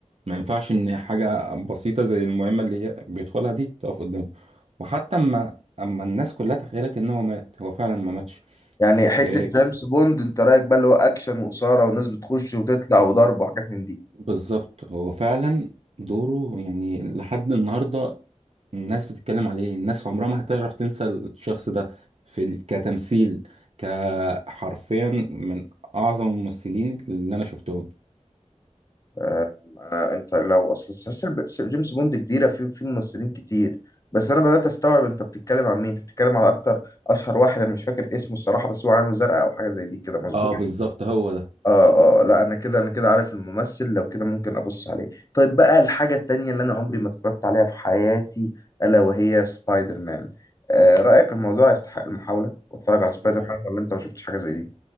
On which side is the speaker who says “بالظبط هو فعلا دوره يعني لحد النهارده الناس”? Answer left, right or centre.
Right